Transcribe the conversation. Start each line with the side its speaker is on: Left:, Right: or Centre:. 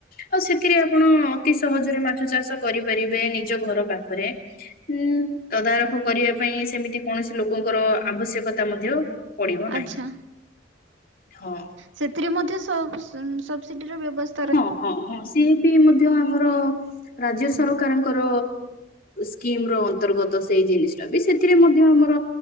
Left: ଆଉ ସେଥିରେ ଆପଣ ଅତି ସହଜରେ ମାଛ ଚାଷ କରିପାରିବେ ନିଜ ଘର ପାଖରେ। ଉଁ ତଦାରଖ କରିବା ପାଇଁ ସେମିତି କୌଣସି ଲୋକଙ୍କର ଆବଶ୍ୟକତା ମଧ୍ୟ ପଡିବ
Right: ଆଚ୍ଛା
Left: ନାହିଁ ହଁ।
Right: ସେଥିରେ ମଧ୍ୟ ସବ୍ସି-ସବ୍ସିଡିର ବ୍ୟବସ୍
Left: ହଁ ହଁ ହଁ ସିଏ ବି ମଧ୍ୟ ଆମର ରାଜ୍ୟ ସରକାରଙ୍କ ର ସ୍କିମର ଅନ୍ତର୍ଗତ ସେଇ ଜିନିଷଟା ବି। ସେଥିରେ ମଧ୍ୟ ଆମର